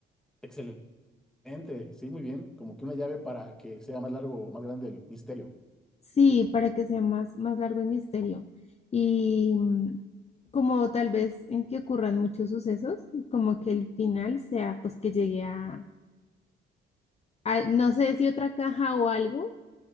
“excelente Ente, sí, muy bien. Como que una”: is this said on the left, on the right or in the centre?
Centre